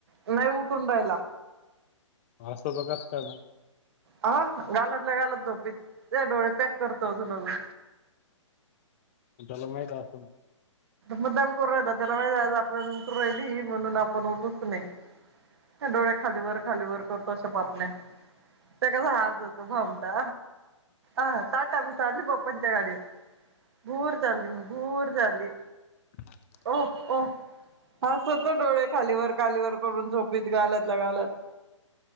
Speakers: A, on the right; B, on the left.
A: नाही उठून राहायला.
B: अस ब क का म
A: हा गालतल्या घालत झोपी ते डोळे पॅक करतो अजून अजून.
B: ल महीतून.
A: मुद्दाम करून राहि त्याला माहिती आज आपल्याला उठ राहिली म्हणून आपण उठतच नाही. डोळे खालीवरर खालीवरर करतो असा पापने ते कसा हज होतो भमता आ ताट बीस अली गोपच्या गाडी घूर झाचालली घूर झाचाली
B: ह <inaudible>
A: ओ ओ हस होतो डोळे खालीवर कालीवर करून झोपत गालत ला गालत-